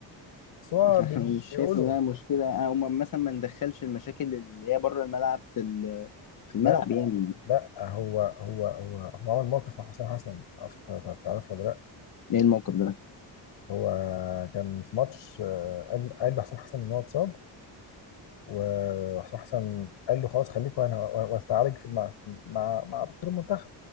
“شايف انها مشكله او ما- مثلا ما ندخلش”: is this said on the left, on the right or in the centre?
Left